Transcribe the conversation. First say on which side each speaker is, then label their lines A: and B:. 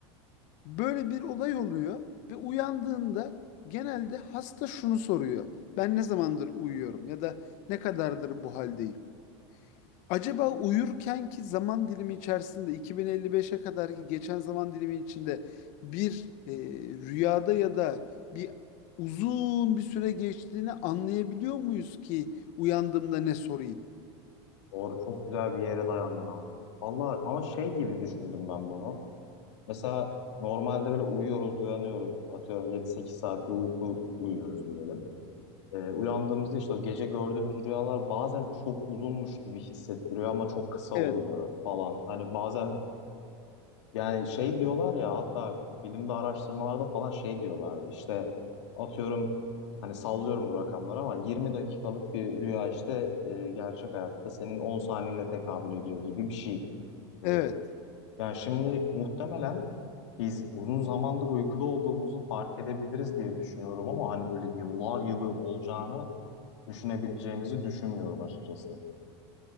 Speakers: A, on the left (about 60°); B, on the left (about 80°).
A: böyle bir olay oluyor ve uyandığında genelde hasta şunu soruyor. Ben ne zamandır uyuyorum ya da ne kadardır bu haldeyim? Acaba uyurkenki zaman dilimi içerisinde 2055'e kadarki geçen zaman dilimi içinde bir e, rüyada ya da bir uzun bir süre geçtiğini anlayabiliyor muyuz ki uyandığımda ne sorayım?
B: Doğru çok güzel bir yere dayandın abi. Vallahi ama şey gibi düşündüm ben bunu. Mesela normalde böyle uyuyoruz, uyanıyoruz. Atıyorum yedi sekiz saat bir uyku uyuyoruz diyelim. Ee, uyandığımızda işte o gece gördüğümüz rüyalar bazen çok uzunmuş gibi hissettiriyor ama çok kısa oluyor
A: Evet,
B: falan. Hani bazen yani şey diyorlar ya hatta bilimde araştırmalarda falan şey diyorlardı işte atıyorum hani sallıyorum bu rakamları ama 20 dakikalık bir rüya işte e, gerçek hayatta senin 10 saniyene tekabül ediyor gibi bir şey. E,
A: evet.
B: yani şimdi muhtemelen biz uzun zamandır uykuda olduğumuzu fark edebiliriz diye düşünüyorum ama hani böyle yıllar yılı olacağını düşünebileceğimizi düşünmüyorum açıkçası.